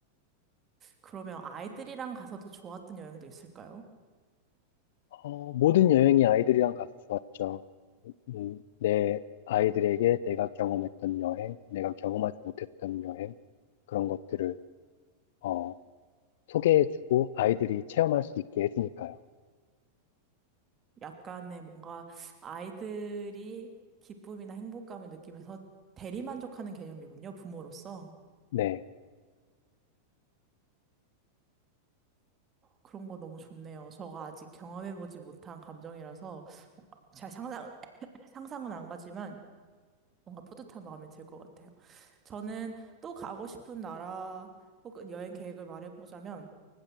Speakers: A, on the right; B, on the left.
A: 그러면 아이들이랑 가서 더 좋았던 여행도 있을까요?
B: 어, 모든 여행이 아이들이랑 가서 좋았죠. 음, 내 아이들에게 내가 경험했던 여행, 내가 경험하지 못했던 여행, 그런 것들을 어, 소개해주고 아이들이 체험할 수 있게 해주니까요.
A: 약간의 뭔가 아이들이 기쁨이나 행복감을 느끼면서 대리만족하는 개념이군요, 부모로서.
B: 네.
A: 그런 거 너무 좋네요. 저가 아직 경험해보지 못한 감정이라서 뭔가 잘 상상, 상상은 안 가지만 뭔가 뿌듯한 마음이 들 것 같아요. 저는 또 가고 싶은 나라 혹은 여행 계획을 말해보자면